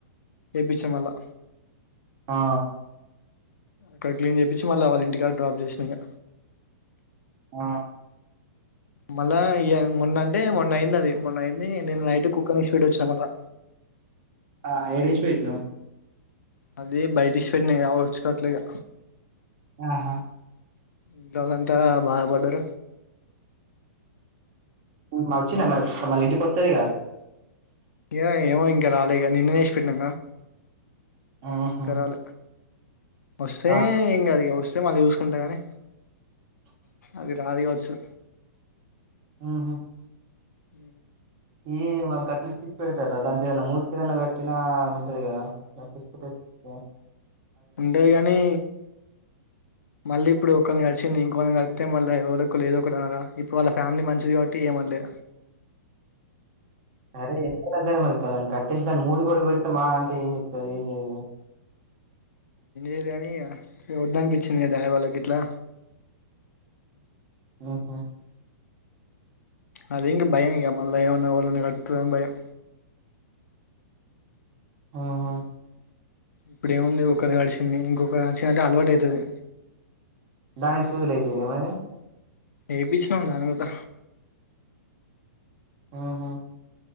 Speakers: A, on the left (about 80°); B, on the right (about 45°).
A: చెప్పించా మళ్ళా
B: ఆ
A: అక్కడ క్లీన్ చేపిచ్చి మళ్ళీ వాళ్ళ ఇంటికాడ డ్రాప్ చేసిన ఇక
B: ఆ
A: మళ్ళా ఇగ మొన్న అంటే మొన్న అయింది అది మొన్న అయింది నేను నైట్ కుక్కని ఇడిచిపెట్టివచ్చిన మళ్ళా
B: ఆహ ఏడ ఇడీసీపెట్టినవ్
A: అది బయట ఇష్పెట్టినా కద ఒర్చుకోట్లేగా
B: ఆహా
A: ఇయలంతా బాదపడ్డర
B: వచ్చింద మరి సు మ ఇంటికి వత్తదిగా
A: య ఏమో ఇంకా రాలేక నిన్ననేసిపెట్టిన
B: ఆహా
A: ఇంగరల వస్తే
B: రా.
A: ఎంగాదు ఇగ మళ్ళ చూసుకుంట కానీ అది రాదు కావచ్చు
B: ఆహా
A: అ
B: ఈ గట్లు తీచ్చ పెడతారా దానికి ఏదనా మూతికి ఏదైనా గట్టినా ఉంటది కట్టి పెట్టే
A: ఉంటేది కాని మళ్ళీ ఇప్పుడు ఒకళ్ళ ని కరిచింది ఇంకొళ్ళ ని కరిస్తే మళ్ళ ఎవరోకరు ఏదొకటి అనరా ఇప్పుడు వాళ్ళ ఫ్యామిలీ మంచిది కాబట్టి ఏమనలే
B: సరే ఎంతద్దర మనకిాని కట్టేసి దాని మూది కూడా పెడితే మా అంటే ఏం చెప్తుారు ఏం చేయ కా <unintelligible>
A: ఏదని దని పిచ్చని దయ వాళ్ళు కిట్లా
B: ఆహా
A: అది ఇంగ భయం ఇంకా మళ్ళ ఏవన్న <unintelligible>
B: ఆహా
A: ఇప్పుడ ఏముంది ఒకక్క నడిింది ఇంకొక నచ్చినంటే అలవాటు అయితుంది
B: దానికి సదులు అయిపోయినియ మరి
A: ఏేపించినాం దాని కంత
B: ఆహా